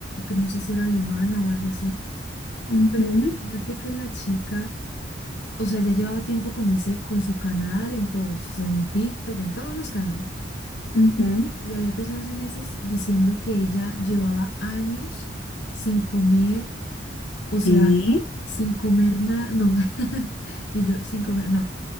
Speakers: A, on the left; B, on the left.
A: que no sé si era alemana o algo así.
B: Ujú,
A: Pero imagínate que la chica, o sea, ya llevaba tiempo con ese, con su canal en todos, o sea, en TikTok, en todos los canales.
B: ujú.
A: Y y había empezado hace meses diciendo que ella llevaba años sin comer, o sea,
B: ¿Qué?
A: sin comer nada, no, <laughs> y yo sin comer, no,